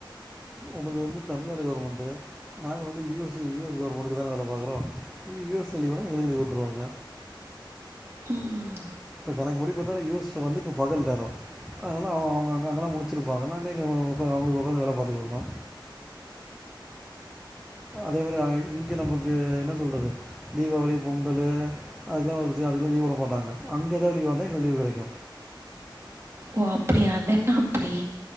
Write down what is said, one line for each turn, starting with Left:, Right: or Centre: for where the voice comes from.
Centre: உங்கள்து வந்து தமிழ்நாடு கவர்மெண்ட்டு நாங்க வந்து யு எஸ் யு எஸ் கவர்மெண்ட்டுக்கு தான வேல பாக்றோ ய எஸ் கவர்மென்ட் எங்களுக்கு லீவ் விட்டுருவாங்க
Right: ம்
Centre: இப்ப கணக்கு படி பாத்தா யூஸ்ல வந்து இப்ப பகல் நேரோ அதனால அவ அவங்க அங்கெல்லா முழிச்சிருப்பாங்க நாங்க இங்க அவங்களுக்கு உட்க்காந்து வேல பாத்துட்டு இருக்கோ அதே மாரி இங்க நமக்கு என்ன சொல்றது தீபாவளி பொங்கல் அதுெல்லா வருது அதுகெல்லா லீவ் விட மாட்டாங்க அங்க எதாவது லீலாயிருந்தா எங்களுக்கு லீவு கெடைக்கு
Right: ஓ அப்டியா அதனா அப்டி